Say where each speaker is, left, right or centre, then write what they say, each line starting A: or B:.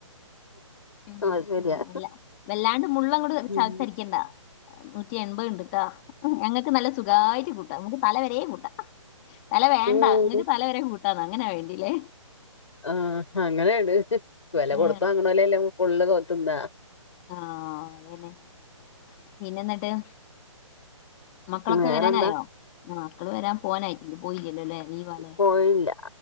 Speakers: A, on the left; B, on the left.
A: ഉം
B: അത് ശരിയാ
A: ഉം അല്ല വല്ലാണ്ട് മുള്ള് അങ്ങട്
B: ഉം
A: ചവച്ചരക്കണ്ടാ നൂറ്റി എൺപത് ഇണ്ട്ട്ടാ ഞങ്ങൾക്ക് നല്ല സുഖായിട്ട് കൂട്ടാ നമുക്ക് തല വരെയും കൂട്ടാം തല വേണ്ട
B: ഉം
A: ഇങ്ങക്ക് തല വരെ കൂട്ടാന്നാ അങ്ങനാ വേണ്ടീല്ലേ
B: ആഹ് അങ്ങനെയാണ് വെല
A: ആ
B: കൊടുത്ത് വാങ്ങ്ണോലല്ലേ ഫുള്ള് തിന്നാ
A: ആഹ് അതന്നെ പിന്നെ എന്നിട്ട് മക്കളൊക്കെ
B: വേറെന്താ
A: വരാനായോ ആഹ് മക്കള് വരാൻ പോവാനായിട്ടില്ല പോയില്ലല്ലോലേ ലീവാലേ
B: പോയില്ല